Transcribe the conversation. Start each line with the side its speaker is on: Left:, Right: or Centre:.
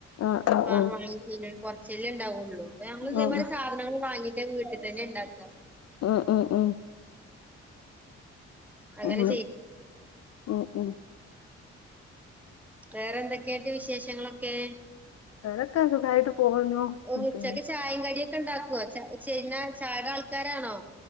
Left: ആ ആ
Centre: <unintelligible>
Left: ആ
Centre: കൊറച്ചല്ലേ ണ്ടാവുള്ളൂ അപ്പൊ ഞങ്ങള് ഇതേമാതിരി
Left: ഉം
Centre: സാധനങ്ങള് വാങ്ങിട്ട് അത് വീട്ടി തന്നെണ്ടാക്ക
Left: ഉം ഉം ഉം
Centre: അങ്ങനെ
Left: ഉം ഒഹ് ഒഹ്
Centre: വേറെന്തൊക്കെ അന്റെ വിശേഷങ്ങളൊക്കെ
Left: വേറൊക്ക സുഖായിട്ട് പോണു
Centre: ഉച്ചക്ക്
Left: പിന്നെ
Centre: ചായിം കടിയൊക്കെ ണ്ടാക്കോ ച ചെയ്ന്നാ ചായടെ ആൾക്കാരാണോ?